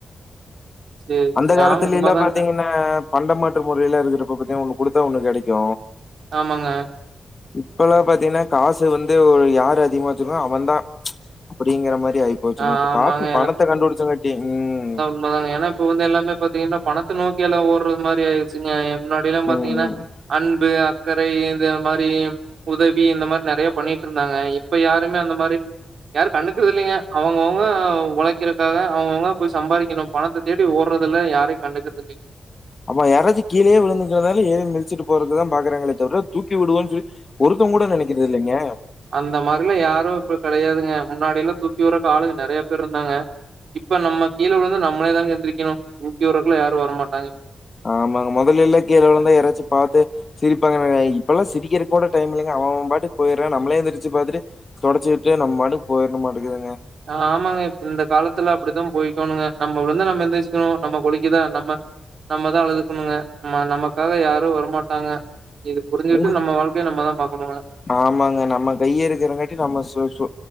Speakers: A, on the right; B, on the left.
A: சேரி
B: அந்த
A: சேரி
B: காலத்துலேல்லா
A: ஆமா உண்மதாங்க
B: பாத்தீங்ன்னா பண்டமாற்று முறைல்லா இருக்கு இப்ப பாத்தா ஒன்னு குடுத்தா ஒன்னு கெடைக்கு
A: ஆமாங்க
B: இப்பல்லா பாத்தீங்ன்னா காசு வந்து ஒ யாரு அதிகமா வச்சுருக்கோ அவந்தா அப்டிங்கிற மாரி ஆயிப்போச்சுங்க
A: ஆமாங்க
B: இப்ப காச்சு பணத்த கண்டுபுடுச்சங்காட்டி ம்
A: ம்மா தாங்க ஏன்னா இப்ப வந்து எல்லாமே பாத்தீங்கன்னா பணத்த நோக்கி எல்லாமே ஓட்றது மாரி ஆய்ருச்சுங்க முன்னாடிலா
B: ம்
A: பாத்தீங்கன்னா
B: ம்
A: அன்பு சர்க்கரை இந்த மாரி உதவி இந்த மாரி நறையா பண்ணிட்டு இருந்தாங்க இப்ப யாருமே அந்த மாரி யாரு கண்டுக்குறது இல்லைங்க அவங்கவுங்க உழைக்கறக்காக அவங்கவுங்க போய் சம்பாரிக்கணு பணத்த தேடி ஓடுறதுல யாரயு கண்டுக்கறது இல்ல
B: அப்ப யாராச்சி கீழயே விழுந்துங்கறதால ஏறி மிச்சிட்டு போறதுதா பாக்குறாங்களே தவிர தூக்கி விடுவோன் சொல்லி ஒருத்தங்கூட நெனைக்கிறது இல்லைங்க
A: அந்த மாரிலா யாரு இப்ப கெடையாதுங்க முன்னாடில்லா தூக்கி ஊற ஆளு நறைய பேர் இருந்தாங்க இப்ப நம்ம கீழ விழுந்தா நம்மளே தாங்க எந்திரிக்கணு தூக்கிவிட்றகெல்லா யாரு வரமாட்டாங்க
B: ஆமாங்க மொதல்ல எல்லா கீழ விழுந்தா யாராச்சி பாத்து சிரிபாங்க இப்பெல்லா சிரிக்கறக்கூட டைம் இல்லங்க அவ அவ பாட்டுக்கு போய்ட்றா நம்ளே எந்திரிச்சு பாத்துட்டு தொடச்சு விட்டு நம்ம மாட்டுக்கு போய்ர்டணுமாட்டேக்குதுங்க
A: ஆமாங்க இப் இந்த காலத்துல அப்டிதா போய்க்கோணுங்க நம்ம விழுந்தா நம்ம எந்துச்சிக்கணு நம்ம குழிக்குதா நம்ம நம்மதா அழுதுக்கணுங்க ஆமா நமக்காக யாரு வரமாட்டாங்க இது புரிஞ்சிட்டு
B: உங்க
A: நம்ம வாழ்க்கைய நம்ம தா பாக்கணுங்க
B: ஆமாங்க நம்ம கைய்யே இருக்கறங்காட்டி நம்ம சோ சோ